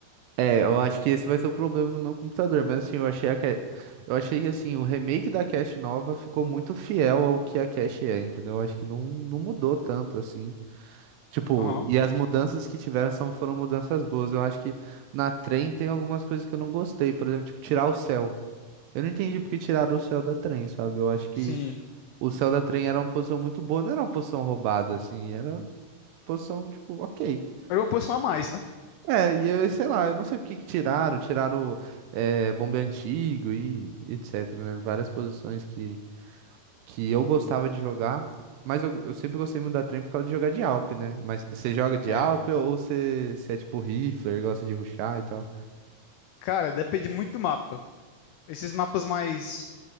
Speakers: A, on the right; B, on the left.
A: É, eu acho que esse vai ser o problema no meu computador, mas assim, eu achei a ca- eu achei que assim, o remake da cache nova ficou muito fiel ao que a cache é, entendeu? Eu acho que não, não mudou tanto assim. Tipo,
B: Aham,
A: e as mudanças que tiveram são, foram mudanças boas. Eu acho que na Trem tem algumas coisas que eu não gostei, por exemplo, tipo, tirar o céu. Eu não entendi porque tiraram o céu da Trem, sabe? Eu acho que
B: sim.
A: o céu da Trem era uma posição muito boa, não era uma posição roubada assim, era uma posição tipo, OK.
B: Era uma posição a mais, né?
A: É, e eu sei lá, eu não sei por que que tiraram, tiraram é, bombe antigo e etc, né? Várias posições que, que eu gostava de jogar, mas eu, eu sempre gostei muito da trem por causa de jogar de Alp, né? Mas você joga de
B: É.
A: Alp ou você, você é tipo rifler, gosta de rushar e tal?
B: Cara, depende muito do mapa. Esses mapas mais